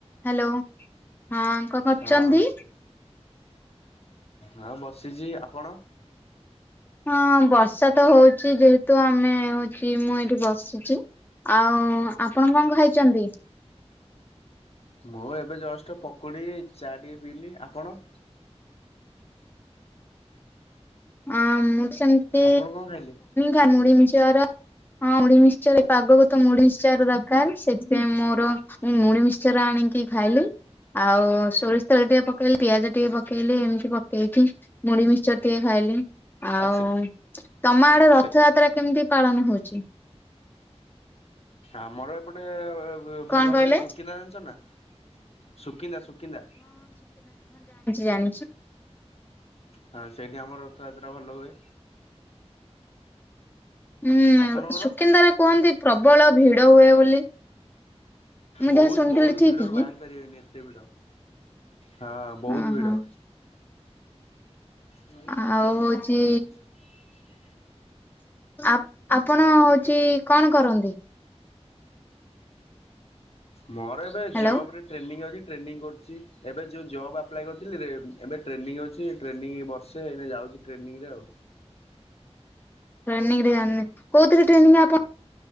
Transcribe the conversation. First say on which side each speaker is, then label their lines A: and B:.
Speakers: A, on the left (about 20°); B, on the left (about 65°).
A: Hello ହଁ କଣ କରୁଛନ୍ତି
B: ହଁ ହଁ ବସିଛି ଆପଣ
A: ହଁ ବର୍ଷା ତ ହଉଛି ଯେହେତୁ ଆମେ ହଉଛି ମୁଁ ଏଠି ବସିଛି ଆଉ ଆପଣ କଣ କ ଖାଇଛନ୍ତି
B: ମୁଁ ଏବେ ଜଷ୍ଟ ପକୁଡ଼ି ଚା ଟିକଏ ପିଇଲି ଆପଣ
A: ହଁ ମୁମ ସମତି
B: ଆପଣ କଣ ଖାଇଲେ
A: ଖ ମୁଡି ମିିଚର ହଁ ମୁଡିମିଶ ପାଗକୁ ତ ମୁଡିମିଶ ର ଦରକାର ସେଥି ସେ ମୋର ମୁ ମୁଣି ମିଶର ଆଣିକି ଖାଇଲି ଆଉ ସୋରିଷ ତେଳ ଟିକେ ପକେଇଲି ପିଆଜ ଟିକେ ପକେଇଲି ଏମିତି ପକେଇଛି ମୁଢ଼ି ମିକ୍ଚର ଟିକେ ଖାଇ ଆଉ
B: ଆ ସେ
A: ତମ ଆଡେ ରଥଯାତ୍ରା
B: ସେ
A: କେମିତି ପାଳନ ହଉଛି?
B: ଆମର ଏପଟେ
A: କଣ
B: ଭଲ
A: କହିଲେ?
B: ହୁଏ ସୁକିନା ଜାଣିଛ ନା? ସୁକିନ୍ଦା ସୁକିନ୍ଦା
A: ଜାଣିଛୁ
B: ହଁ ସେଇଠି ଆମର ରଥଯାତ୍ରା ଭଲ ହୁଏ
A: ହୁଁ
B: ଆପଣଙ୍କର?
A: ସୁକିନ୍ଦାରେ କୁହନ୍ତି ପ୍ରବଳ ଭିଡ ହୁଏ ବୋଲି ମୁଁ
B: ବହୁତ
A: ଯାହା ଶୁଣିଥିଲି
B: ବହୁତ
A: ଠିକ
B: ଭିଡରୁ
A: କି?
B: ବାହାରି ପାରିବେନି ଏତେ ଭିଡ ହଁ ବହୁତ
A: ଓହୋ।
B: ଭିଡ ଭ ଠଠଟା
A: ଆଉ
B: ଅଛି
A: ହଉଛି ଆ ଆପଣ ହଉଛି କଣ କରନ୍ତି
B: ମୋର ଏବେ
A: ହ୍ୟାଲୋ।
B: ଜବ ରେ ଟ୍ରେନିଂ ଅଛି ଟ୍ରେନିଂ କରୁଛି ଏବେ ଯୋଉ ଜବ୍ ଆପ୍ଲାଏ କରୁ ରେ ଏବେ ଟ୍ରେନିଂ ଅଛି ଟ୍ରେନିଂ ବର୍ଷେ ଯାଉଛି ଟ୍ରେନିଂରେ ଆଉ
A: ଟ୍ରେନିଂରେ ଜାଣିନି କୋଉଥିରେ ଟ୍ରେନିଂ ଆପଣ